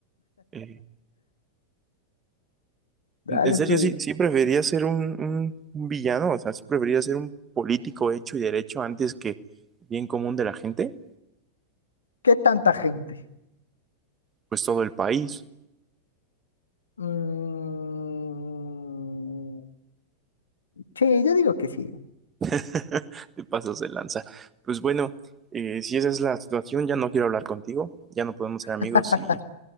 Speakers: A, on the right; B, on the left.
A: Eh,
B: dale,
A: en, en serio,
B: pues.
A: sí, sí preferiría ser un, un- un villano, o sea, sí preferiría ser un político hecho y derecho antes que bien común de la gente,
B: ¿Qué tanta gente?
A: pues todo el país.
B: Mm, sí, yo digo que sí.
A: <laughs> Te pasas de lanza. Pues bueno, eh, si esa es la situación, ya no quiero hablar contigo, ya no podemos ser
B: <laughs>
A: amigos y